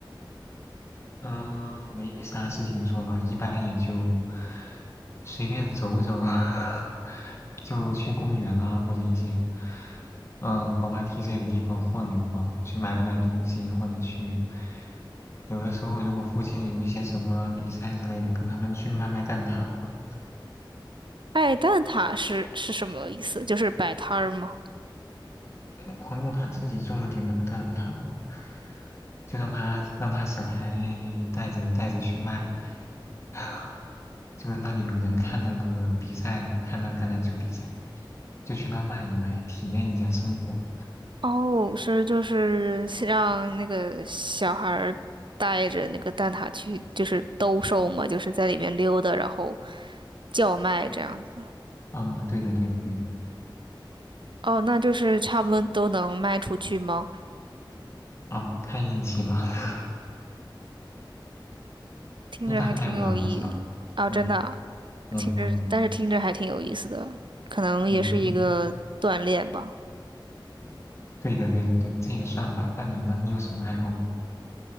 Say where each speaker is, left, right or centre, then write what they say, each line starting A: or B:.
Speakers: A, on the left; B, on the right.
A: 嗯、没啥事情做吧，一般也就随便走走，<laughs> 就去公园啊，或者一些嗯、呃滑滑梯这类的地方晃一晃，去买买东西，或者去有的时候如果附近有一些什么比赛之类的，跟他们去卖卖蛋挞嘛。
B: 爱蛋挞是是什么意思？就是摆摊儿吗？
A: 朋友他自己做了点那个蛋挞嘛，就让他让他小孩带着带着去卖。<laughs> 就是那里有人看那个比赛嘛，看那个橄榄球比赛，就去那卖一卖，体验一下生活。
B: 哦，是就是是让那个小孩儿带着那个蛋挞去，就是兜售嘛，就是在里面溜达，然后叫卖这样子。
A: 嗯，对的，对的，对的。
B: 哦，那就是差不多都能卖出去吗？
A: 哦，看运气吧，<laughs>
B: 听着还挺有意义啊，
A: 一般卖不了多少。嗯
B: 真的啊，
A: 嗯嗯嗯，
B: 听着，但是听着还挺有意思的，可能也是一个锻炼吧。
A: 每一定。对的，对的，对，这也算吧。那你呢？你有什么爱好吗？